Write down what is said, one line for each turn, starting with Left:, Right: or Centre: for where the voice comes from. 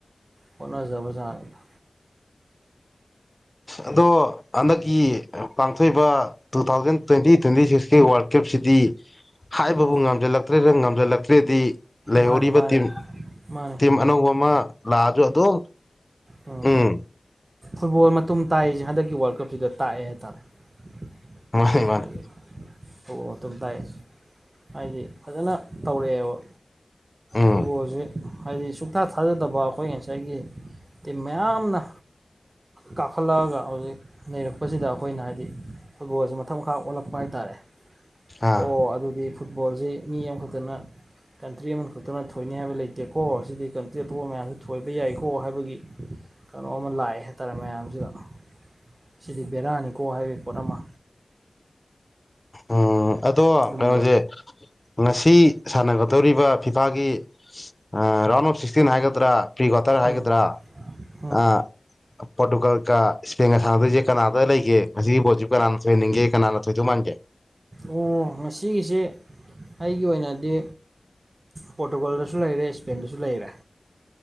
Right: ꯍꫭꯠꯅꯖꯕ ꯖꯥꯠꯅꯤꯗ
Left: ꯑꯗꯣ ꯍꯟꯗꯛꯀꯤ ꯄꯥꯡꯊꯣꯛꯏꯕ ꯇꯨ ꯊꯥꯎꯖꯟ ꯇ꯭ꯨꯋꯦꯟꯇꯤ ꯇ꯭ꯨꯋꯦꯟꯇꯤ ꯁꯤꯛꯁꯀꯤ ꯋꯥꯔꯜ ꯀꯞꯁꯤꯗꯤ ꯗꯤ ꯍꯥꯏꯕꯕꯨ
Right: ꯎꯝ
Left: ꯉꯝꯖꯤꯜꯂꯛꯇ꯭ꯔꯥꯦꯗ ꯉꯝꯖꯤꯜꯂꯛꯇ꯭ꯔꯦꯗꯤ ꯂꯩꯍꯧꯔꯤꯕ
Right: ꯃꯥꯅꯤ ꯃꯥꯅꯤ
Left: ꯇꯤꯝ
Right: ꯃꯥꯅꯤ
Left: ꯇꯤꯝ ꯑꯅꯧꯕꯃ ꯂꯥꯛꯑꯖꯨ ꯑꯗꯨꯝ
Right: ꯑꯣ
Left: ꯎꯝ
Right: ꯐꯨꯠꯕꯣꯜ ꯃꯇꯨꯝ ꯇꯥꯏꯌꯦꯖꯦ ꯍꯟꯗꯛꯀꯤ ꯋꯥꯔꯜ ꯀꯞꯁꯤꯗ ꯇꯥꯛꯑꯦ ꯍꯥꯏꯇꯥꯔꯦ
Left: ꯃꯥꯅꯤ ꯃꯥꯅꯤ
Right: ꯍꯥꯏꯗꯤ ꯐꯨꯠꯕꯣꯜ ꯃꯇꯨꯝ ꯇꯥꯛꯑꯦ ꯍꯥꯏꯗꯤ ꯐꯖꯅ ꯇꯧꯔꯛꯑꯦꯕ
Left: ꯎꯝ
Right: ꯐꯨꯠꯕꯣꯜꯖꯦ ꯍꯥꯏꯗꯤ ꯁꯨꯡꯊꯥ ꯊꯥꯖꯗꯕ ꯑꯩꯈꯣꯏ ꯉꯁꯥꯏꯒꯤ ꯇꯤꯝ ꯃꯌꯥꯝꯅ ꯀꯥꯈꯠꯂꯛꯑꯒ ꯍꯧꯖꯤꯛ ꯅꯩꯔꯛꯄꯖꯤꯗ ꯑꯈꯣꯏꯅ ꯍꯥꯏꯗꯤ ꯐꯨꯠꯕꫭꯜꯖꯤꯃ ꯃꯊꯛ ꯃꯈꯥ ꯑꯣꯜꯂꯛꯄ ꯍꯥꯏꯇꯥꯔꯦ
Left: ꯑꯥ
Right: ꯑꯣ ꯑꯗꯨꯗꯤ ꯐꯨꯠꯕꯣꯜꯖꯤ ꯃꯤ ꯑꯃꯈꯛꯇꯅ ꯀꯟꯇ꯭ꯔꯤ ꯑꯃ ꯈꯛꯇꯅ ꯊꯣꯏꯅꯤ ꯍꯥꯏꯕ ꯂꯩꯇꯦꯀꯣ ꯑꯁꯤꯖꯤꯗꯤ ꯀꯟꯇ꯭ꯔꯤ ꯑꯇꯣꯞꯄ ꯃꯌꯥꯝꯁꯤ ꯊꯣꯏꯕ ꯌꯥꯏꯀꯣ ꯍꯥꯏꯕꯒꯤ ꯀꯩꯅꯣꯝꯃ ꯂꯥꯛꯑꯦ ꯍꯥꯏꯇꯥꯔꯦ ꯃꯌꯥꯝꯖꯤꯗ ꯁꯤꯗꯤ ꯕꯦꯔꯥꯅꯤꯀꯣ ꯍꯥꯏꯕꯒꯤ ꯄꯣꯠ ꯑꯃ
Left: ꯎꯝ ꯑꯗꯣ
Right: ꯑꯗꯨꯝꯕ
Left: ꯀꯩꯅꯣꯁꯦ ꯉꯁꯤ ꯁꯥꯟꯅꯒꯗꯧꯔꯤꯕ ꯐꯤꯐꯥꯒꯤ ꯑꯥ ꯔꯥꯎꯟ ꯑꯣꯐ ꯁꯤꯛꯁꯇꯤꯟ ꯍꯥꯏꯒꯗ꯭ꯔꯥ ꯄ꯭ꯔꯤ ꯀꯋꯇꯥꯔ
Right: ꯎꯝ
Left: ꯍꯥꯏꯒꯗ꯭ꯔꯥ
Right: ꯎꯝ
Left: ꯑꯥ ꯄꯣꯔꯇꯨꯒꯜꯒ ꯏꯁꯄꯦꯟꯒ ꯁꯥꯟꯅꯗꯣꯏꯁꯦ ꯀꯅꯥꯗ ꯂꯩꯒꯦ ꯉꯁꯤꯒꯤ ꯕꫭꯜꯁꯤꯕꯨ ꯀꯅꯥꯅ ꯊꯣꯏꯍꯟꯅꯤꯡꯒꯦ ꯀꯅꯥꯅ ꯊ ꯗꫭꯏꯃꯥꯟꯒ‌ꯦ
Right: ꯑꯣ ꯉꯁꯤꯒꯤꯁꯤ ꯑꯩꯒꯤ ꯑꯣꯏꯅꯗꯤ ꯄꯣꯔꯇꯨꯒꯥꯜꯗꯁꯨ ꯂꯩꯔꯦ ꯏꯁꯄꯦꯟꯗꯁꯨ ꯂꯩꯔꯦ